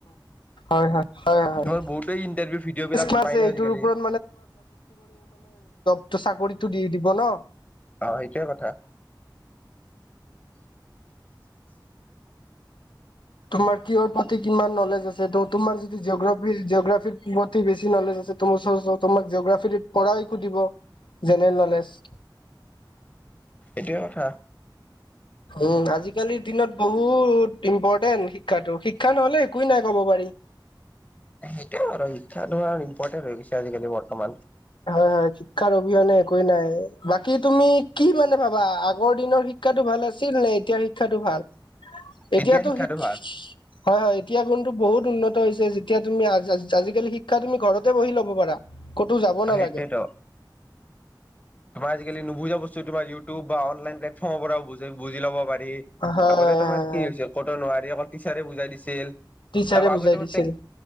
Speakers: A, on the left; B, on the left.
A: হয়, হয়, হয়, হয়, হয়।
B: তোমাৰ বহুতে ইন্টাৰভিউ ভিডিঅ' বিলাক
A: আছে
B: পাই ন
A: এইটোৰ
B: আজিকালি।
A: ওপৰত তোৰ চাকৰিটো দি দিব ন।
B: অহ', সেইটোৱে কথা।
A: তোমাৰ কিহৰ প্ৰতি কিমান নলেজ আছে তোমাৰ যদি জিঅগ্ৰাফি- জিঅগ্ৰাফিৰ প্ৰতি বেছি নলেজ আছে ওচ তোমাক জিঅগ্ৰাফী পৰাই সুধিব। General knowledge.
B: এইটোৱে কথা।
A: উম, আজিকালিৰ দিনত বহুত ইম্পৰ্টেণ্ট শিক্ষাটো, শিক্ষা নহলে একোৱেই নাই ক'ব পাৰি।
B: সেইটোয়ে আৰু শিক্ষানো ইম্পৰ্টেন্ট হৈ গৈছে আজিকালি বৰ্তমান।
A: হয় হয় শিক্ষাৰ অবিহনে একোৱে নাই বাকী তুমি কি মানে ভাবা আগৰ দিনৰ শিক্ষাটো ভাল আছিল নে এতিয়া শিক্ষাটো ভাল। এতিয়াতো
B: এতিয়া শিক্ষাটো
A: শিক
B: ভাল
A: হয় হয়। এতিয়া কিন্তু বহুত উন্নত হৈছে যেতিয়া তুমি আজিকালি শিক্ষা তুমি ঘৰতে বহি ল'ব পাৰা কতো যাব
B: অ'
A: নালাগে
B: সেইটোৱেত তোমাৰ কেলে নুবুজা বস্তু তোমাৰ ইউটিউব বা অনলাইন প্লেটফৰ্ম পৰাও বুজি ল'ব পাৰি। এই
A: হয় হয়
B: আগতে তোমাৰ কি হৈছে ক'তো নোৱাৰি অকল টিচাৰে বুজাই দিছিল।
A: টিচাৰে
B: তাৰপা
A: বুজাই
B: আগতে
A: দিছিল
B: প্ৰেক